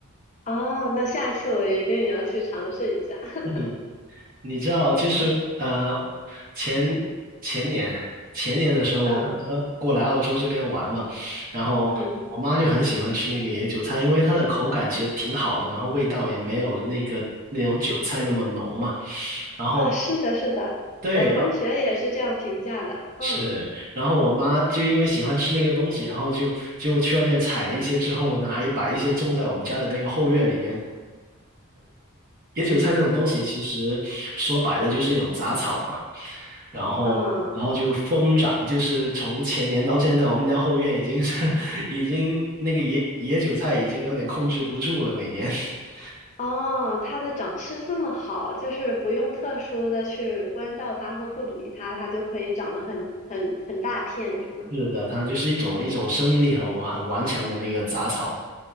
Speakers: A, on the left; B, on the right.
A: 哦，那下次我一定也要去尝试一下。<laughs>
B: 嗯。你知道，就是呃，
A: 嗯
B: 前前年前年的时候，
A: 嗯
B: 我爸妈过来澳洲这边玩嘛，然后我妈就很喜欢吃那个野韭菜，
A: 嗯，
B: 因为它的口感其实挺好的，然后味道也没有那个那种韭菜那么浓嘛。然后
A: 啊，是的，是的，
B: 对，
A: 我同学也是这样评价的。
B: 然后
A: 嗯
B: 是，然后我妈就因为喜欢吃那个东西，然后就就去外面采了一些之后呢，还把一些种在我们家的那个后院里面。野韭菜那种东西，其实说白了就是一种杂草嘛，然后然后就疯长，
A: 嗯
B: 就是从前年到现在，我们家后院已经是 <laughs> 已经那个野野韭菜已经有点控制不住了，每年。<laughs>
A: 哦，它的长势这么好，就是不用特殊的去关照它或护理它，它就可以长得很很很大片，是吗？
B: 是的，它就是一种一种生命力很很顽强的那个杂草，